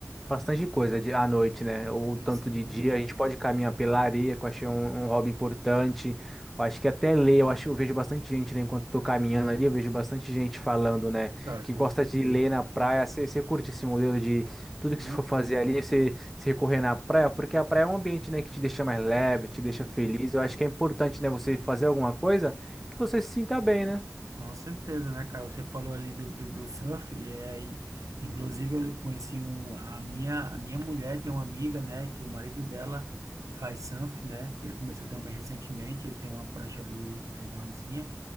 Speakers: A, in the centre; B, on the right (about 85°).
A: bastante coisa de, à noite, né? Ou tanto
B: sim,
A: de dia, a gente pode caminhar pela areia, que eu achei um, um hobby importante. Eu acho que até ler, eu acho, eu vejo bastante gente, né, enquanto eu tô caminhando ali, eu vejo bastante gente falando, né,
B: cara,
A: que
B: com
A: gosta
B: certeza.
A: de ler na praia. Você curte esse modelo de tudo
B: sim.
A: que você for fazer ali, você se correr na praia, porque a praia é um ambiente, né, que te deixa mais leve, te
B: sim.
A: deixa feliz. Eu acho que é importante, né, você fazer alguma coisa que você se sinta bem, né?
B: Com certeza, né, cara? Você falou ali do, do, do surf, e, é, e inclusive eu conheci um, a minha, a minha mulher tem uma amiga, né, que o marido dela faz surf, né? Ele começou também recentemente, ele tem uma prancha ali legalzinha.